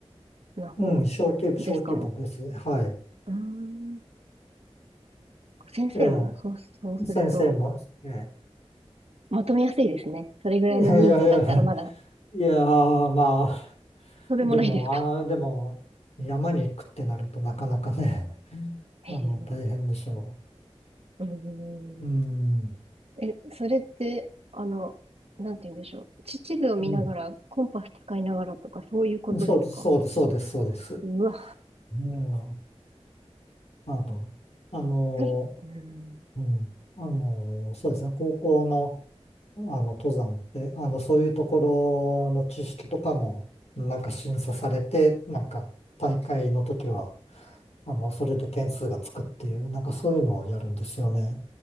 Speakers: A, on the right; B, on the left.
A: な方ですか
B: うん小規、小規模です。はい。
A: うーん。先生も、
B: ええ、
A: そう、そうすると、
B: 先生も、ええ。
A: まとめやすいですね。それぐらいの人数だったらまだ、
B: いやいやいや、いやー、ま
A: とんでもないですか。
B: あ、でも、あの、でも、山に行くってなるとなかなかね、
A: へえ。
B: あの、
A: う
B: 大変でしょ
A: ーん。
B: う。うん、
A: え、それって、あの、なんて言うんでしょう。地地図を見ながら、
B: う
A: コンパス使いながらとか、そういうことですか
B: ん、そうです、そうです、そうです、そうです。
A: うわ、
B: うん、あの、あの、
A: <laughs> それ、うん、
B: うん、あの、そうですね、高校の、あの、登山って、あの、そういうところの知識とかも、なんか審査されて、なんか大会の時は、あの、それで点数がつくっていう、なんかそういうのをやるんですよね。